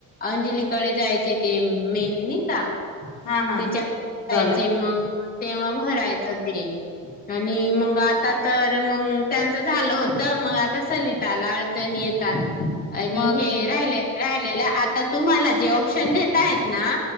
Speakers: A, on the left (about 25°); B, on the left (about 70°).
A: अंजलीकडे जायचे ते मेलनी का
B: हा हा
A: तिच्यायचे
B: गावला
A: मग तेव्हा भरायचं ते आणि मग आता तर मग त्यांचं झालं होत मग आता चलताल अडचणी येतात आणि
B: मग
A: हे राहिले राहिलेलं आता तुम्हाला जे ऑप्शन देत आहेत ना